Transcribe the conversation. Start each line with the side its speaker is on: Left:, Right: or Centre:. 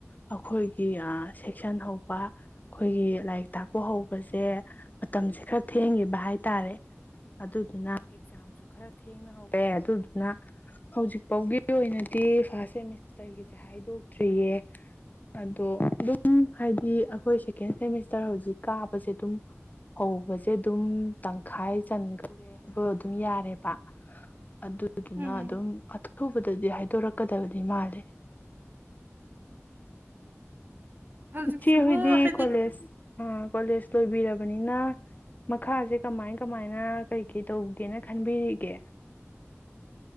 Left: ꯑꯩꯈꯣꯏꯒꯤ ꯁꯦꯛꯁꯟ ꯍꯧꯕ ꯑꯩꯈꯣꯏꯒꯤ ꯂꯥꯏꯔꯤꯛ ꯇꯥꯛꯄ ꯍꯧꯕꯁꯦ ꯃꯇꯝꯁꯦ ꯈꯔ ꯊꯦꯡꯈꯤꯕ ꯍꯥꯏꯇꯥꯔꯦ ꯑꯗꯨꯗꯨꯅ ꯑꯦꯛꯖꯥꯝꯁꯨ ꯈꯔ ꯊꯦꯡꯅꯍꯧꯔꯦ ꯑꯗꯨꯗꯨꯅ ꯍꯧꯖꯤꯛꯐꯥꯎꯒꯤ ꯑꯣꯏꯅꯗꯤ ꯐꯥꯔꯁ ꯁꯦꯃꯤꯁꯇꯔꯒꯤꯁꯦ ꯍꯥꯏꯗꯣꯛꯇ꯭ꯔꯤꯌꯦ ꯑꯗꯣ ꯎꯝ ꯍꯥꯏꯗꯤ ꯑꯩꯈꯣꯏ ꯁꯦꯀꯦꯟ ꯁꯦꯃꯤꯁꯇꯔ ꯍꯧꯖꯤꯛ ꯀꯥꯕꯁꯦ ꯑꯗꯨꯝ ꯍꯧꯕꯁꯦ ꯑꯗꯨꯝ ꯇꯪꯈꯥꯏ ꯆꯟꯈꯧꯔꯦ ꯍꯥꯏꯕ ꯑꯗꯨꯝ ꯌꯥꯔꯦꯕ ꯑꯗꯨꯗꯨꯅ
Right: ꯎꯝ
Left: ꯑꯗꯨꯝ ꯑꯊꯨꯕꯗ ꯗꯗꯤ ꯍꯥꯏꯗꯣꯔꯛꯀꯗꯕꯗꯤ ꯃꯥꯜꯂꯦ
Right: ꯍꯧꯖꯤꯛꯁꯤꯕꯨ
Left: ꯏꯆꯦ ꯍꫭꯏꯗꯤ
Right: ꯍꯥꯏꯗꯤ
Left: ꯀꫭꯂꯦꯖ ꯑ ꯀꯣꯂꯦꯖ ꯂꯣꯏꯕꯤꯔꯕꯅꯤꯅ ꯃꯈꯥꯁꯦ ꯀꯃꯥꯏ ꯀꯃꯥꯏꯅ ꯀꯩ ꯀꯩ ꯇꯧꯒꯦꯅ ꯈꯟꯕꯤꯔꯤꯒꯦ